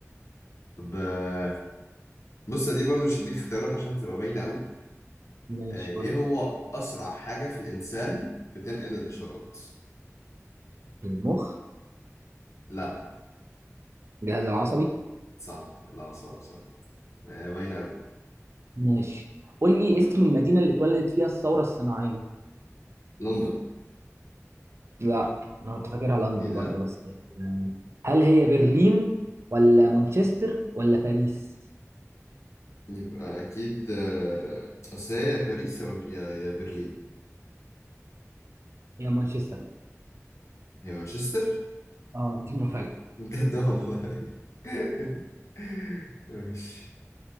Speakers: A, on the left; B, on the right.
A: طب آه، بص دي برضو مش هديك اختيارات عشان تبقى باينة أوي
B: ماشي
A: آه، ايه
B: قول
A: هو
B: لي.
A: اسرع حاجة في الانسان بتنقل الاشارات
B: المخ
A: لا
B: الجهاز العصبي
A: صح لا صعب صح آه، باينة قوي
B: ماشي قول لي اسم المدينه اللي اتولدت فيها الثوره الصناعيه
A: لندن
B: لا انا كنت فاكرها لندن
A: ايه ده
B: برضو بس هل هي برلين ولا مانشستر ولا باريس
A: يبقى اكيد آه، اصل هي يا باريس يا من- يا يا برلين
B: هي مانشستر بقى
A: هي مانشستر
B: اه دي مفاجأة
A: بجد والله <laughs> ماشي